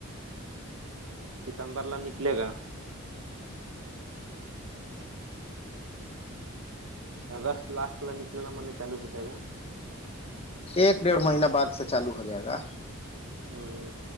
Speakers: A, on the right (about 75°); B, on the left (about 30°).
A: ستمبرلا نکلے گا <unintelligible> اگست لاسٹ والا نکلنا ما نے چالو ہو جائے گا
B: ایک ڈیڑھ مہینہ بعد سے چالو ہو جائے گا
A: ہوں